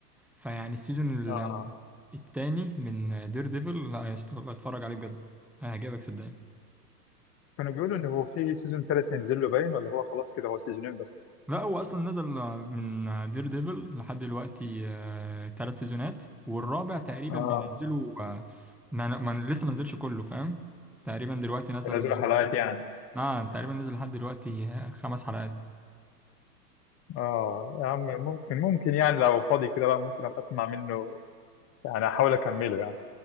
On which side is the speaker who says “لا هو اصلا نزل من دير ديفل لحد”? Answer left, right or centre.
Centre